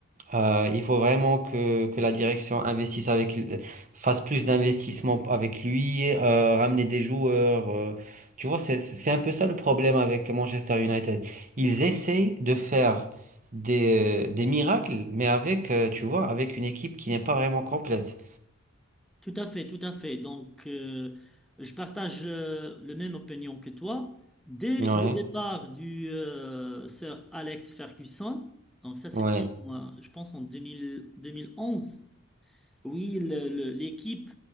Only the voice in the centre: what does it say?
Tout à fait, tout à fait. Donc, euh, je partage euh, le même opinion que toi. Dès
le départ du euh, Sir Alex Ferguson, donc ça c'était,
moi, je pense, en deux deux mille deux mille onze. Oui, le- le- l'équipe